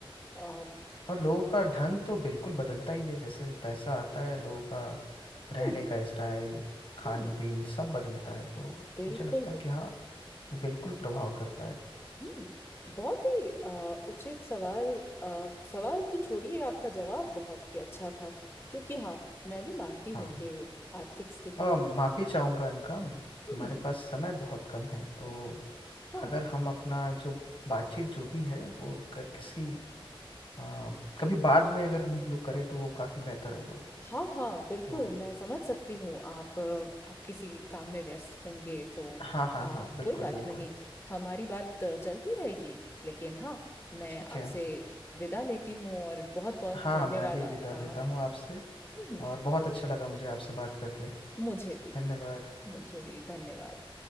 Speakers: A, on the left; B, on the left.
A: आ,
B: और लोगों का ढंग तो बिल्कुल बदलता ही है जैसे पैसा आता है लोगों का रहने
A: हम्म
B: का स्टाइल खान
A: हम्म
B: पीन सब बदलता है तो
A: बिल्कुल
B: मुझे लगता है
A: बिल्कुल
B: कि हाँ ये बिल्कुल प्रभाव करता है
A: हम्म बहुत ही आ, उचित सवाल आ, सवाल तो छोड़िए आपका जवाब बहुत ही अच्छा था क्योंकि हाँ मैं भी मानती
B: हाँ
A: हूँ कि आर्थिक स्थिति
B: और माफ़ी चाहूँगा इनका
A: हम्म
B: हमारे पास समय बहुत कम है तो
A: हाँ
B: अगर हम अपना जो बातचीत जो भी है वो अगर किसी हाँ, कभी बाद में अगर हम लोग करें तो वो काफ़ी बेहतर होगा
A: हाँ हाँ बिल्कुल
B: तो
A: मैं समझ सकती हूँ आप अ, आप किसी काम में व्यस्त होंगे तो
B: हाँ हाँ
A: अ,
B: हाँ बिल्कुल
A: कोई बात
B: बिल्कुल
A: नहीं हमारी बात अ, चलती रहेगी लेकिन हाँ मैं
B: ठीक
A: आपसे
B: है
A: विदा लेती हूँ और बहुत बहुत
B: हाँ
A: धन्यवाद
B: मैं भी
A: आपका
B: विदा लेता हूँ आपसे
A: हम्म हम्म,
B: और बहुत अच्छा लगा मुझे आपसे बात करके
A: करके मुझे भी
B: धन्यवाद
A: मुझे भी धन्यवाद